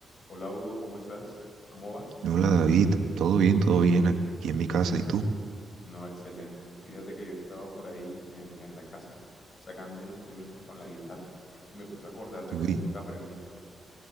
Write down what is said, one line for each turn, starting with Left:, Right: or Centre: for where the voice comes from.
Left: Hola Hugo, ¿cómo estás? ¿Cómo vas?
Right: Hola David, todo bien, todo bien aquí en mi casa. ¿Y tú?
Left: No, excelente. Fíjate que yo estaba por ahí en, en la casa sacando unos temitas con la guitarra me puse a acordar de
Right: Uy,
Left: cómo fue que aprendí.